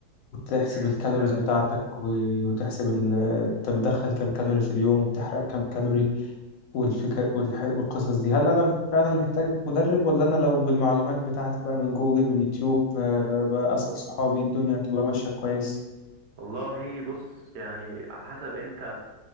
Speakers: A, on the left; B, on the right.
A: وتحسب
B: امم
A: الكالوريز
B: فعلا
A: بتاعتك و- وتحسب ال- انت بتدخل كام كالوري في اليوم وبتحرق كام كالوري والفكر والح- والقصص دي هل انا فعلا محتاج مدرب ولا انا لو بالمعلومات بتاعتي بقى من جوجل من يوتيوب آه، بأسأل صحابي الدنيا هتبقى ماشية كويس
B: والله بص يعني على حسب انت